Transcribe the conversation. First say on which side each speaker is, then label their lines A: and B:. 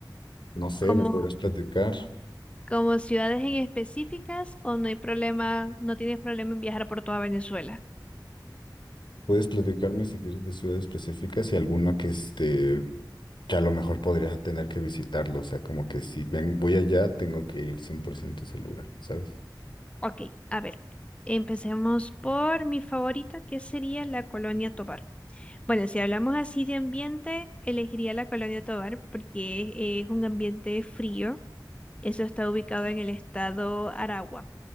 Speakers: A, on the left; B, on the left.
A: No sé,
B: ¿Como,
A: me podrás platicar.
B: como ciudades en específicas o no hay problema, no tienes problema en viajar por toda Venezuela?
A: Puedes platicarme si quieres de ciudades específicas y alguno que este, que a lo mejor podría tener que visitarlo. O sea, como que si ven, voy allá, tengo que ir 100% a ese lugar, ¿sabes?
B: Ok, a ver. Empecemos por mi favorita, que sería la Colonia Tovar. Bueno, si hablamos así de ambiente, elegiría la Colonia Tovar porque es un ambiente frío. Eso está ubicado en el estado Aragua.